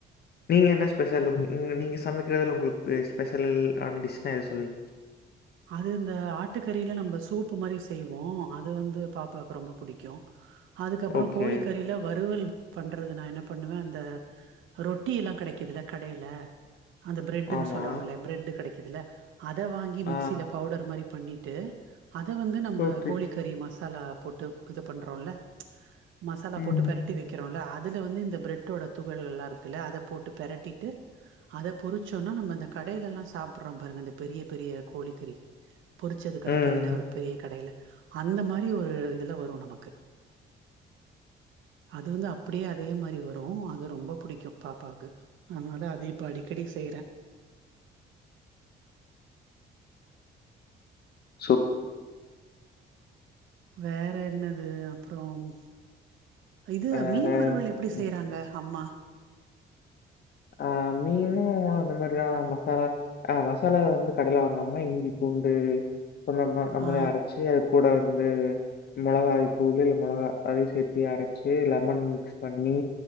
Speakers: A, on the left; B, on the right.
A: நீங்க என்ன ஸ்பெஷல் உங் உங்க நீங்க சமைக்கிறதுதல உங்குளுக்கு ஸ்பெசலல் ஆன டிஷ்னா எத சொல்லுவீங்க
B: அது இந்த ஆட்டுக்கறில நம்ப சூப்பு மாரி செய்வோ அது வந்து பாப்பாக்கு ரொம்ப புடிக்கு அதுக்கப்றோ
A: ஓகே.
B: கோழிக்கறில வறுவல் பண்றது நா என்ன பண்ணுவே அந்த ரொட்டி எல்லா கெடைக்குதுல்ல கடையில அந்த பிரெட்டுன்னு
A: ஆமா.
B: சொல்றாங்க இல்ல பிரெட்டு கிடைக்குதுல்ல அத வாங்கி
A: ஆ.
B: மி சில பவுடர் மாறி பண்ணிட்டு அத வந்து நம்ப
A: ஓகே.
B: கோழி கறி மசாலா போட்டு இது பண்றோல்ல மசாலா
A: ம்.
B: போட்டு பெரட் பெரட்டி வைக்கிறோல்ல அதுல வந்து இந்த பிரெட்டோட துகள்கள் எல்லா இருக்குல்ல அத போட்டு பெரட்டிட்டு அத பொறிச்சோன்னா நம்ம இந்த கடையில எல்லா சாப்பிட்றோ பாருங்க இந்த பெரிய பெரிய கோழிக்கறி பொரிச்சது கெடைக்குதுல்ல
A: ம்.
B: ஒரு பெரிய கடையில அந்த மாறி ஒரு இதுல வரும் நமக்கு அது வந்து அப்படியே அதே மாறி வரும் அது ரொம்ப புடிக்கும் பாப்பாக்கு அதனால அத இப்ப அடிக்கடி செய்றே
A: சூ
B: வேற என்னது அப்புறோம் இது
A: வேற
B: மீன் வறுவல் எப்டி
A: ம்.
B: செய்றாங்க அம்மா
A: ஆ மீனு இப்பவு அந்த மாறிதா மசாலா ஆ மசாலா வந்து கடையில வாங்காம இஞ்சி பூண்டு சொந்தமா நம்பளே
B: ஆ
A: அரைச்சி அது கூட வந்து மிளகாய் தூளு இல்ல மிளகா அதையு சேத்தி அரைச்சி லெமன் மிக்ஸ் பண்ணி